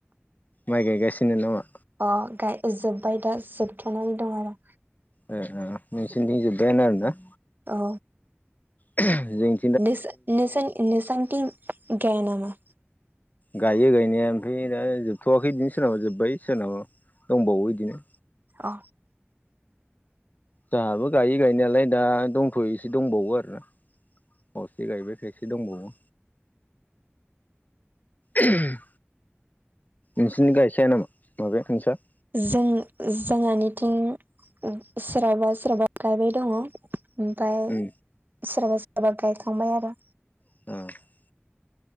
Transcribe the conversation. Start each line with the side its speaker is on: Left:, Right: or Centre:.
Left: माइ गायगासिनो नामा?
Right: अ गाय जोब्बाय दा जोबथनानै दं आरो।
Left: ए ओ नोंसोरनिजोब्बायानो आरोना।
Right: औ
Left: जों
Right: <unintelligible> नसानिथिं गयानामा?
Left: गायो गायनाया ओमफ्राय दा जोबथ'वाखै बिदिनो सोरनाबा जोब्बाय सोरनाबा दंबावो बिदिनो।
Right: अ
Left: दाबो गायो गायनायालाय दा दंथ'योसो दंबावो आरो ना। अ एसे गायबाय खायसे दंबावो। उहुम नोंसिनि गायखाया नामा माबाया नोंसा
Right: जों जोंहानिथिं ओ सोरहाबा सोरहाबा गायबाय दङ। ओमफ्राय
Left: उम
Right: सोरहाबा सोरहाबा गायखांबाय आरो
Left: <inaudible>